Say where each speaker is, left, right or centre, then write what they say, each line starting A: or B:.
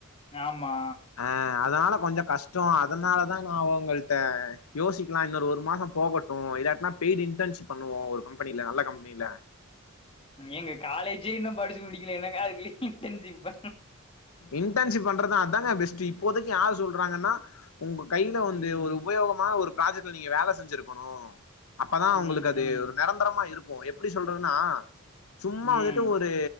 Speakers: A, on the left; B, on the left.
A: ஆமா
B: ஆ அதனால கொஞ்ஜோ கஷ்டோ அதனால தா நா அவங்கள்ட்ட யோசிக்கலா இன்னொரு ஒரு மாசோ போகட் இப்போ இதாட்டனா பெய்டு இன்டன்ஷிப் பண்ணுவோ ஒரு கம்பெனியில நல்ல கம்பெனியில
A: ஏங்க காலேஜே இன்னோ படிச்சு முடிக்கல என்னங்க அதுக்குள்ள இன்டன்ஷிப் அ
B: இன்டன்ஷிப் பண்றது அததாங்க பெஸ்ட்டு இப்போதைக்கு யார் சொல்றாங்கன்னா உங்க கையில வந்து
A: ம்
B: ஒரு உபயோகமா ஒரு ப்ராஜெக்ட்ல நீங்க வேல செஞ்சிருக்கனோ அப்பதா
A: ம்
B: உங்களுக்கு அது
A: ம்
B: ஒரு நெரந்தரமா இருக்கு எப்டி சொல்றதுன்னா சும்மா
A: ம்
B: வந்துட்டு ஒரு